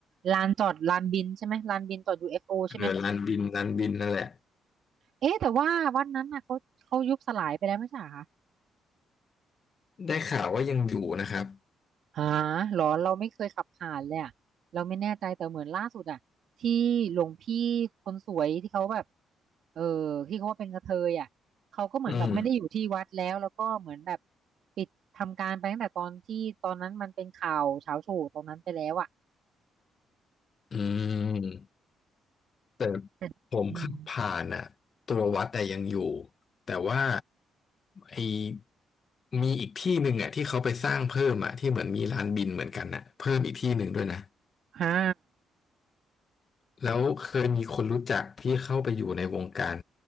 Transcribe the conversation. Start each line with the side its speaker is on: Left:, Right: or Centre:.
Right: ลานจอดลานบินใช่ไหมลานบินจอด UFO ใช่ไหม
Left: เออลานบินลานบินนั่นแหละ
Right: เอ๊ะแต่ว่าวันนั้นน่ะเขาเขายุบสลายไปแล้วไม่ใช่เหรอคะ
Left: ได้ข่าวว่ายังอยู่นะครับ
Right: หาหรอเราไม่เคยขับผ่านเลยอะเราไม่แน่ใจแต่เหมือนล่าสุดอะที่หลวงพี่คนสวยที่เขาแบบเออที่เขาว่าเป็นกระเทยอะเขาก็เหมือนแบบไม่ได้อยู่ที่วัดแล้วแล้วก็เหมือนแบบ
Left: อืม
Right: ปิดทำการไปตั้งแต่ตอนที่ตอนนั้นมันเป็นข่าวเช้าโชว์ตอนนั้นไปแล้วอะ
Left: อืม แต่
Right: แต่อืม
Left: ผมขับผ่านอ่ะตัววัดแต่ยังอยู่ แต่ว่าไอมีอีกที่หนึ่งอ่ะที่เขาไปสร้างเพิ่มอ่ะที่เหมือนมีลานบินเหมือนกันน่ะเพิ่มอีกที่หนึ่งด้วยนะ
Right: ฮ่า
Left: แล้วเคยมีคนรู้จักที่เข้าไปอยู่ในวงการ